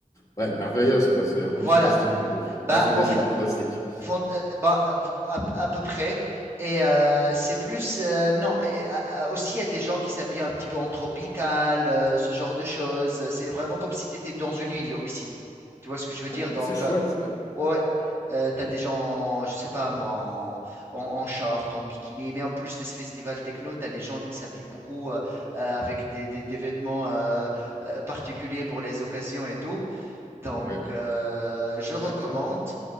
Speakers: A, on the left; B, on the right.
A: Ouais, merveilleuse, quoi. C'est un peu
B: voilà.
A: fantastique, plutôt.
B: Bah
A: Pas fantasy,
B: en fait,
A: fantastique.
B: Fant- euh, bah, euh, à, à peu près. Et euh, c'est plus... euh, non, mais euh, euh, aussi, il y a des gens qui s'habillent un petit peu en tropical, euh, ce genre de choses. C'est vraiment comme si tu étais dans une île aussi. Tu vois ce que je veux
A: Ah,
B: dire? Donc,
A: bah c'est chouette.
B: euh,
A: Ah,
B: ouais, euh, t'as des gens, je sais pas moi, en, en, en short, en bikini. Mais en plus de ce festival techno, t'as les gens qui s'habillent beaucoup euh, euh, avec des, des, des vêtements euh, euh, particuliers pour les occasions et tout. Donc,
A: ouais,
B: euh, je recommande.
A: d'accord.